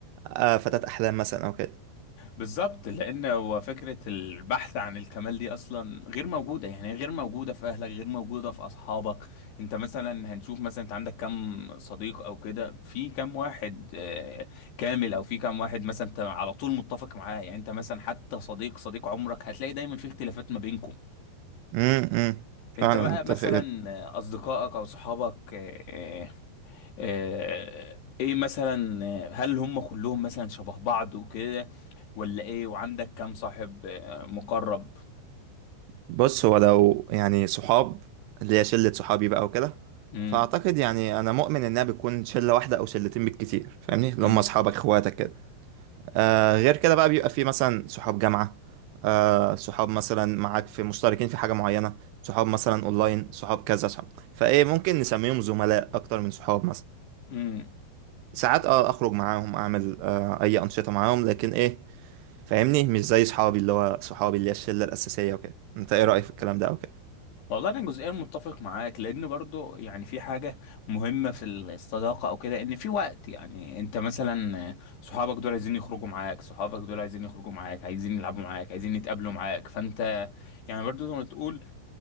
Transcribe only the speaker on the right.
آه فتاة أحلام مثلا أو كده
امم امم. فعلا
متفق
جدا
بص هو لو يعني صحاب اللي هي شلة صحابي بقى وكده
فأعتقد يعني أنا مؤمن إنها بتكون شلة واحدة أو شلتين بالكتير فاهمني اللي
هم أصحابك إخواتك كده آه غير كده بقى بيبقى في مثلا صحاب جامعة آه صحاب مثلا معاك في مشتركين في حاجة معينة صحاب مثلا أونلاين صحاب كذا صحاب فإيه ممكن نسميهم زملاء أكتر من صحاب مثلا
ساعات أه أخرج معاهم أعمل آه أي أنشطة معاهم لكن إيه فاهمني مش زي صحابي اللي هو صحابي اللي هي الشله الاساسيه وكده انت ايه رايك في الكلام ده او كده